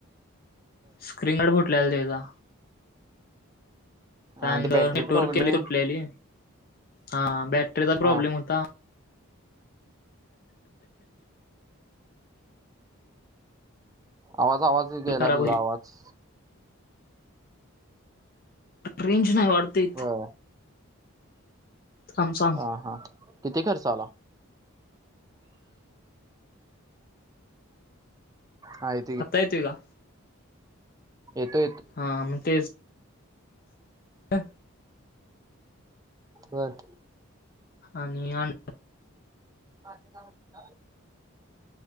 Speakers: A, on the left (about 40°); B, on the right (about 15°).
A: स्क्रीन गड फुटलेला ते का त्यानंतर
B: आणि ती बॅटरी
A: नेटवर्क
B: कुठं उघडली?
A: केले सुटलेली हा बॅटरीचा
B: हा
A: प्रॉब्लेम होता
B: आवाज आवाज गेला
A: खराब
B: तुझा
A: होती
B: आवाज
A: रेंज नाही वाढते
B: हम
A: थांब सा
B: ह हा किती खर्च आला आय
A: आता येत का
B: येतो
A: हा मग तेच अ
B: बर
A: आणि अंण
B: <unintelligible>